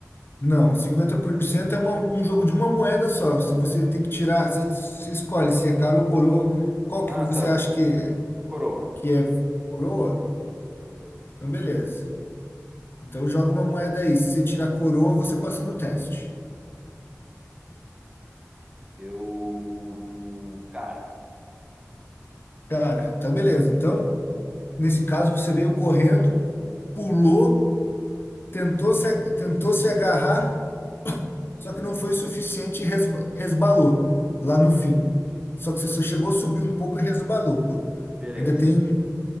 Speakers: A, on the left; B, on the right.
A: Não, 50% é uma- um jogo de uma moeda só. Se você tem que tirar. Você, você escolhe se é cara ou coroa. Qual que
B: Ah,
A: você
B: tá.
A: acha que, é-
B: Coroa.
A: que é coroa?
B: Coroa.
A: Então, beleza. Então joga uma moeda aí. Se você tirar coroa, você passa no teste.
B: Eu. Cara,
A: Cara, então beleza. Então, nesse caso, você veio correndo, pulou, tentou se, ag- tentou se agarrar Só que não foi o suficiente e res- resbalou lá no fim. Só que você só chegou a subir um pouco e resbalou.
B: beleza.
A: Ainda tem,